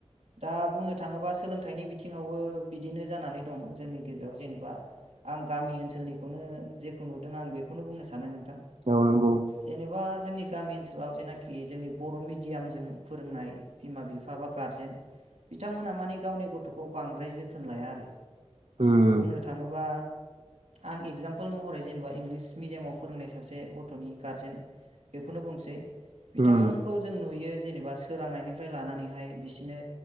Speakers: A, on the right (about 80°); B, on the right (about 65°).
A: दा बुंनो थाङोबा सोलोंथाइनि बिथिङावबो बिदिनो जानानै दं जोंनि गेजेराव जेनेबा आं गामि ओनसोलनिखौनो जेखौ नुदों आं बेखौनो बुंनो सानो नोंथां।
B: औ नांगौ
A: जेनेबा जोंनि गामि ओनसोलाव जेनाखि जोंनि बर' मिडियामजों फोरोंनाय बिमा-बिफा एबा गारजेन बिथांमोना मानि गावनि गथ'खौ बांद्राय जोथोन लाया आरो
B: उम
A: बुंनो थाङोबा आं एगजामपोल महरै जेनेबा इंलिस मिडियामाव फोरोंनाय सासे गथ'नि गारजेन बेखौनो बुंसै बिथांमोनखौ
B: उम
A: जों नुयो जेनेबा सोरांनायनिफ्राय लानानैहाय बिसोरनो